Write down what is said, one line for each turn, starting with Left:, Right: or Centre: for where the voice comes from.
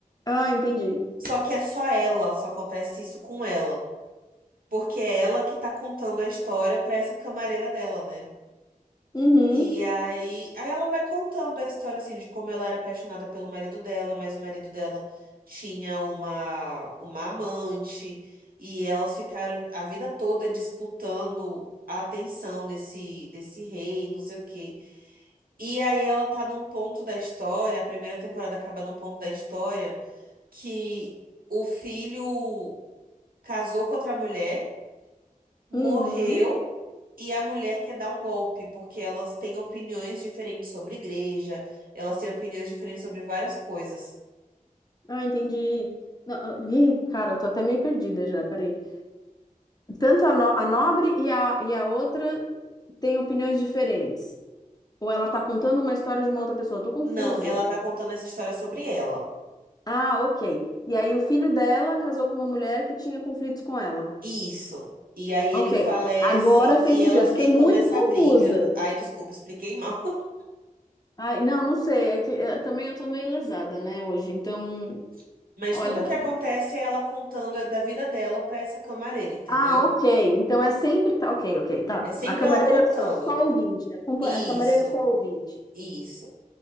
Left: Ah, entendi.
Right: Só que é só ela, só acontece isso com ela. Porque é ela que tá contando a história pra essa camareira dela, né?
Left: Uhum.
Right: E aí, aí ela vai contando a história, assim, de como ela era apaixonada pelo marido dela, mas o marido dela tinha uma, uma amante, e elas ficaram a vida toda disputando a atenção desse, desse rei, não sei o quê. E aí ela tá num ponto da história, a primeira temporada acaba num ponto da história que o filho casou com outra mulher, morreu
Left: Uhum.
Right: e a mulher quer dar um golpe, porque elas têm opiniões diferentes sobre igreja, elas têm opiniões diferentes sobre várias coisas.
Left: Ah, entendi. Não, ah, ih, cara, eu tô até meio perdida já, peraí. Tanto a, no- a nobre e a, e a outra têm opiniões diferentes. Ou ela tá contando uma história de uma outra pessoa. Eu tô confusa.
Right: Não, ela tá contando essa história sobre ela.
Left: Ah, ok. E aí o filho dela casou com uma mulher que tinha conflitos com ela.
Right: Isso. E aí
Left: Ok,
Right: ele falece
Left: agora fez
Right: e elas
Left: sentido. Eu fiquei
Right: ficam
Left: muito
Right: nessa
Left: confusa.
Right: briga. Ai, desculpa, expliquei mal.
Left: Ai, não, não sei. É que eh, também eu tô meio lesada, né, hoje. Então,
Right: <laughs> Mas
Left: olha.
Right: tudo o que acontece é ela contando da vida dela pra essa camareira, entendeu?
Left: Ah, ok. Então é sempre. Tá, ok, ok, tá.
Right: É sempre
Left: A camareira
Right: ela contando.
Left: só, só ouvinte. A, compa-
Right: Isso,
Left: a camareira é só ouvinte.
Right: isso.